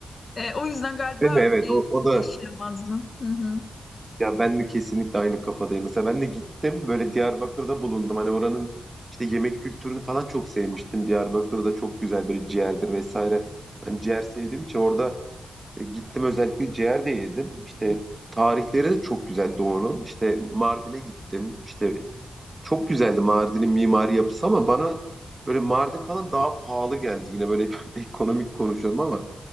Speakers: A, on the left; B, on the right.
A: E, o yüzden galiba
B: Değil mi? Evet.
A: ye-
B: O, o
A: yaşayamazdım.
B: da
A: Hı hı.
B: Ya ben de kesinlikle aynı kafadayım. Mesela ben de gittim böyle Diyarbakır'da bulundum. Hani oranın işte yemek kültürünü falan çok sevmiştim. Diyarbakır'da çok güzel böyle ciğerdir vesaire. Ben ciğer sevdiğim için orada e, gittim özellikle ciğer de yedim. İşte tarihleri de çok güzel Doğu'nun. İşte Mardin'e gittim. İşte çok güzeldi Mardin'in mimari yapısı ama bana böyle Mardin falan daha pahalı geldi. Yine böyle <laughs> ekonomik konuşuyorum ama